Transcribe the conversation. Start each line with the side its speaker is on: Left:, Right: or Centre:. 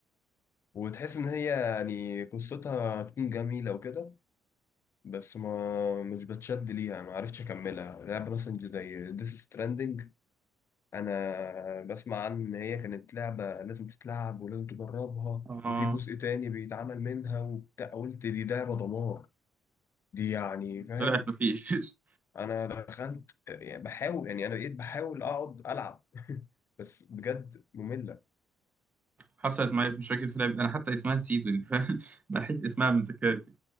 Left: وتحس ان هي يعني قصتها هتكون جميله وكده بس ما مش بتشد ليها ما عرفتش اكملها لعبه مثلا زي ديس ستراندنج انا بسمع عن ان هي كانت لعبه لازم تتلعب ولازم تجربها
Right: اه
Left: وفي جزء تاني بيتعمل منها وبتاع قلت دي لعبه دمار دي يعني فاهم
Right: طلعت مفيش <laughs>
Left: انا دخلت يعني بحاول يعني انا بقيت بحاول اقعد العب <laughs> بس بجد ممله
Right: حصلت معايا مش فاكر في لعبة انا حتى اسمها نسيته يعني فاهم؟ <laughs> نحيت اسمها من ذاكرتي